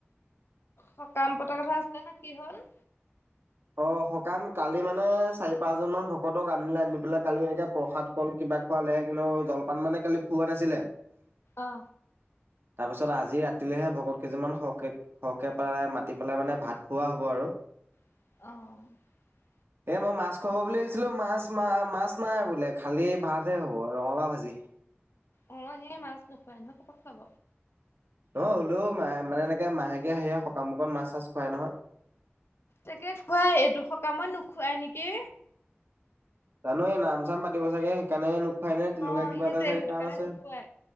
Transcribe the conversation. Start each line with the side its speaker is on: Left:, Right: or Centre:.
Left: সকাম পতাৰ কথা আছিলে নহয় কি হল?
Right: অ সকাম কালি মানে চাৰি পাঁচজন মান ভকতক আনিলে আনি পেলাই কালি এনেকে প্ৰসাদ কল কিবা খোৱা লে কিন্তু কলপান মানে কালি খোৱা নাছিলে।
Left: অ'।
Right: তাৰপিছত আজি ৰাতিলেহে ভকত কেইজনমান সকে, সহকে মাতি পেলাই মানে ভাত খোৱা হ'ব আৰু।
Left: অ'।
Right: এ, মই মাছ খুৱাব বুলি ভাবিছিলো মাছ, মা-মাছ নাই বোলে খালি ভাতহে হ'ব ৰঙালাও ভাজি।
Left: অ', সেই মাছ নোখুৱাই নহয়, <unintelligible> খোৱাব।
Right: ও, হলেও ম-মানে এনেকে মাহেকীয়া হেৰিত সকামুকত মাছ-চাছ খুৱাই নহয়।
Left: তাকে খুৱাই, এইটো সকামত নোখুৱাই নেকি?
Right: জানো এই নাম-চাম পাতিব চাগে সেইকাৰণে নে তেনেকুৱা
Left: অ',
Right: কিবা
Left: সেইটয়ে,
Right: এটা চাগে
Left: সেইটো
Right: কাৰণ
Left: কাৰণে
Right: আছে।
Left: নোখোৱাই